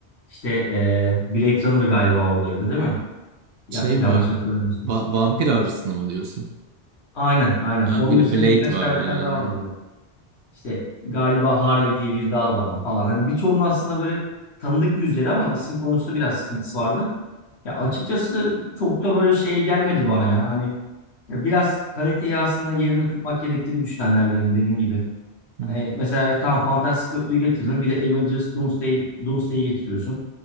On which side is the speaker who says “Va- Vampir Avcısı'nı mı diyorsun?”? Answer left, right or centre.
Right